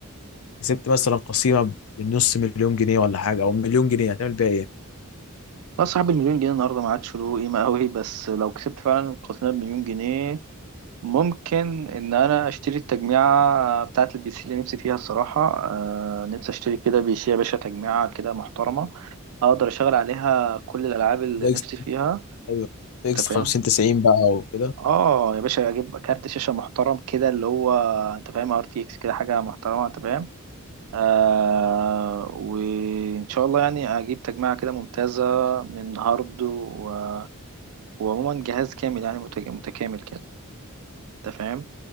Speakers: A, on the left; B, on the right.
A: كسبت مثلا قسيمه بنص مليون جنيه ولا حاجه او مليون جنيه هتعمل بيها ايه؟
B: لا صاحب المليون جنيه النهارده ما عادش له قيمه قوي بس لو كسبت فعلا قسم المليون جنيه ممكن ان انا اشتري التجميعة بتاعة البي سي اللي نفسي فيها الصراحة آه نفسي اشتري كده بي سي يا باشا تجميعة كده محترمة اقدر اشغل عليها كل الالعاب اللي
A: ده
B: نفسي
A: اكس
B: فيها
A: ايوه ده اكس
B: انت فاهم
A: 50 90 بقى وكده
B: اه يا باشا اجيب كارت شاشة محترم كده اللي هو انت فاهم ار تي اكس كده حاجة محترمة انت فاهم آه وان شاء الله يعني اجيب تجميعة كده ممتازة من هارد و... وعموما جهاز كامل يعني متج- متكامل كده انت فاهم